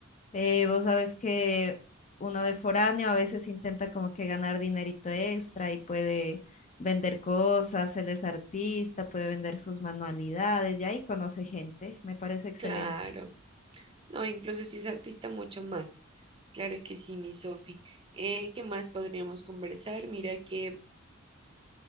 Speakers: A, on the left; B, on the right.
A: eh, vos sabes que uno de foráneo a veces intenta como que ganar dinerito extra y puede vender cosas, él es artista, puede vender sus manualidades y ahí conoce gente, me parece excelente.
B: claro. No, incluso si es artista, mucho más. Claro que sí, mi Sofi. Eh, ¿qué más podríamos conversar? Mira que